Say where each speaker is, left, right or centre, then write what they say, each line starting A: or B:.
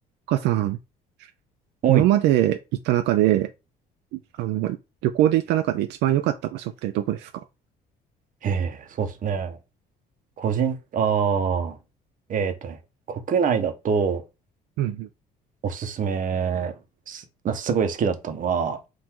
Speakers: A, on the right; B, on the right.
A: 岡さん、
B: おい。
A: 今まで行った中で、あの、旅行で行った中で一番良かった場所ってどこですか
B: へえ、そうですね。個人、ああ、えっとね、国内だと
A: うん
B: おすすめす、すごい好きだったのは、